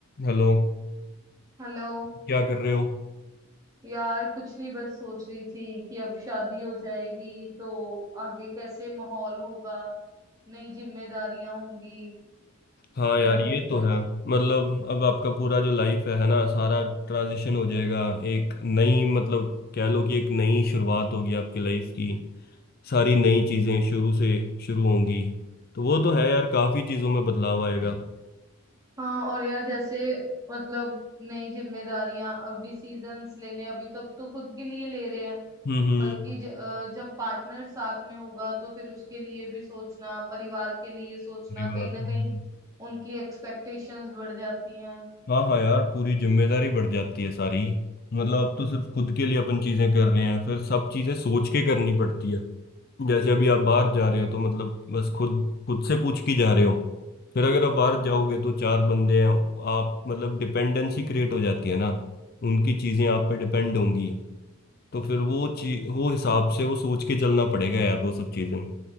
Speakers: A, on the left; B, on the right.
A: Hello
B: Hello
A: क्या कर रहे हो
B: यार कुछ नहीं बस सोच रही थी कि अब शादी हो जाएगी तो आगे कैसे माहौल होगा नई जिम्मेदारियां होंगी
A: हाँ
B: मतलब
A: यार ये
B: कैसे
A: तो है मतलब अब आपका पूरा जो लाइफ है है ना सारा ट्रांजिशन हो जाएगा एक नई मतलब कह लो कि एक नई शुरुआत होगी आपकी लाइफ की सारी नई चीजें शुरू से शुरू होंगी तो वो तो है यार काफी चीजों में बदलाव आएगा
B: हाँ और यार जैसे मतलब नई जिम्मेदारियां अब डिसीजंस लेने अभी तक तो खुद के लिए ले रहे हैं
A: हम्म हम्म
B: बल्कि ज, अ, जब पार्टनर साथ में होगा तो फिर उसके लिए भी सोचना परिवार के लिए सोचना
A: परिवार
B: कहीं ना
A: हम्म।
B: कहीं उनकी एक्सपेक्टेशंस बढ़ जाती हैं
A: हाँ हाँ यार पूरी जिम्मेदारी बढ़ जाती है सारी मतलब अब तो सिर्फ खुद के लिए अपन चीजें कर रहे हैं फिर सब चीजें सोच के करनी पड़ती है जैसे अभी आप बाहर जा रहे हो तो मतलब बस खुद खुद से पूछ के जा रहे हो फिर अगर आप बाहर
B: हाँ
A: जाओगे तो चार बंदे हैं आप मतलब डिपेंडेंसी क्रिएट हो जाती है ना उनकी चीजें आप पे डिपेंड होंगी तो फिर वो चीज वो हिसाब से वो सोच के चलना पड़ेगा यार वो सब चीजें